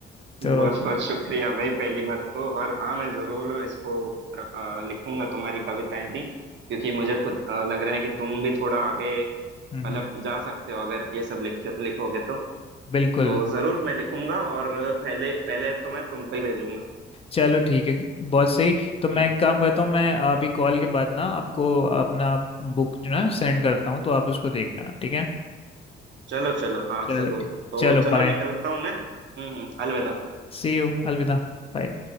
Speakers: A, on the left (about 30°); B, on the right (about 65°).
A: तो
B: बहुत बहुत शुक्रिया भाई पहली बात तो और हाँ मैं जरूर इसको र- अ, लिखूंगा तुम्हारी कविताएं भी क्योंकि मुझे खुद अ, लग रहा है कि तुम भी थोड़ा आगे
A: हम्म,
B: मतलब
A: हम्म,
B: जा सकते हो अगर ये सब लिख लिखोगे तो
A: बिल्कुल
B: तो जरूर मैं लिखूंगा और पहले पहले तो मैं तुमको ही भेजूंगा
A: चलो ठीक है बहुत सही तो मैं
B: हम्म
A: एक काम करता हूँ मैं अभी कॉल के बाद ना आपको अपना बुक जो ना सेंड करता हूँ तो आप उसको देखना ठीक है
B: चलो चलो हाँ
A: चलो
B: जरूर
A: ठीक
B: तो
A: चलो
B: चलो
A: बाय
B: निकलता हूँ मैं हम्म हम्म अलविदा
A: सी यू अलविदा Bye.